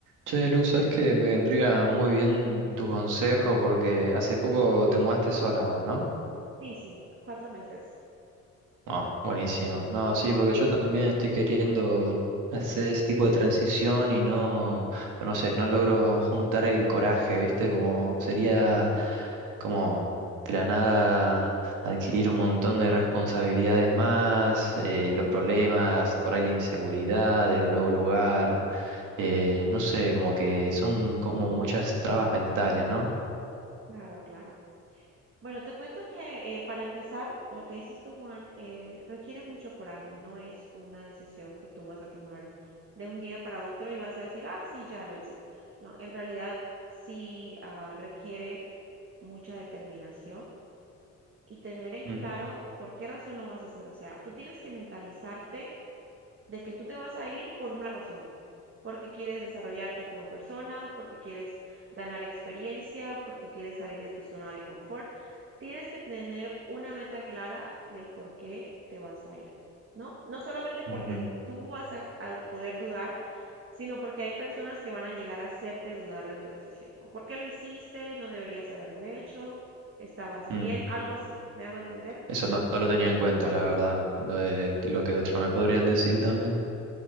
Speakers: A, on the right (about 90°); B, on the right (about 45°).
A: Che, Luz, sabes que me vendría muy bien tu consejo porque hace poco te mudaste sola vos, ¿no?
B: Sí, sí, cuatro meses.
A: Ah, buenísimo. No, sí, porque yo también estoy queriendo hacer ese tipo de transición y no, no sé, no logro juntar el coraje, ¿viste? Como
B: Ok.
A: sería como de la nada adquirir un montón de responsabilidades más, eh, los problemas,
B: Mm,
A: por ahí la inseguridad, el nuevo lugar, eh, no sé, como que son como muchas trabas mentales, ¿no?
B: Claro, claro. Bueno, te cuento que eh, para empezar, lo que dices tú, Juan, eh, requiere mucho coraje. No es una decisión que tú vas a tomar de un día para otro y vas a decir, ay, sí, ya lo hice. No, en realidad sí ah, requiere mucha determinación y tener en claro
A: Mm,
B: por qué razón lo vas a hacer. O sea, tú tienes que mentalizarte de que tú te vas a ir por una razón, porque quieres desarrollarte como persona, porque quieres ganar experiencia, porque quieres salir de tu zona de confort. Tienes que tener una meta clara del por qué te vas a ir, ¿no? No solamente porque
A: ujú,
B: tú vas a, a poder dudar, sino porque hay personas que van a llegar a hacerte dudar de tu decisión. O por qué lo hiciste, no deberías haberlo hecho, estabas
A: mm.
B: bien, algo así. ¿Me hago entender?
A: Eso no, no lo tenía en cuenta, la verdad. Lo, de- lo que otros me podrían decir también.